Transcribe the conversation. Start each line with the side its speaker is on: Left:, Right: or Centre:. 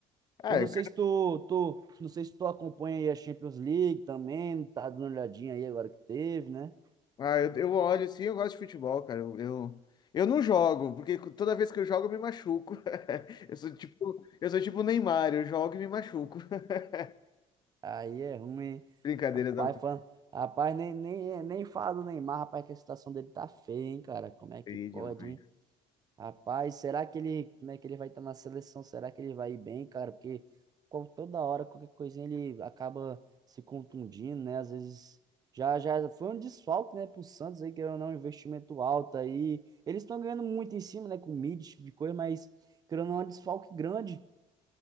Left: Ah,
Right: Eu não
Left: é
Right: sei se tu, tu, não sei se tu acompanha aí a Champions League também, tá dando uma olhadinha aí agora que teve, né?
Left: Ah, eu, eu olho sim, eu gosto de futebol, cara. Eu, eu, eu não jogo, porque toda vez que eu jogo eu me machuco. <laughs> Eu sou tipo, eu sou tipo o Neymar, eu jogo e me machuco. <laughs>
Right: Aí é ruim, hein?
Left: Brincadeiras
Right: rapaz,
Left: da parte
Right: fã, rapaz, nem, nem, nem fala do Neymar, rapaz, que a situação dele tá feia, hein, cara? Como é que
Left: aí demais.
Right: pode, hein? Rapaz, será que ele, como é que ele vai estar na seleção? Será que ele vai ir bem, cara? Porque qual- toda hora, qualquer coisinha, ele acaba se contundindo, né? Às vezes já já foi um desfalque, né, pro Santos aí, que era um investimento alto aí. Eles estão ganhando muito em cima, né, com mid, de coisa, mas querendo ou não, é um desfalque grande.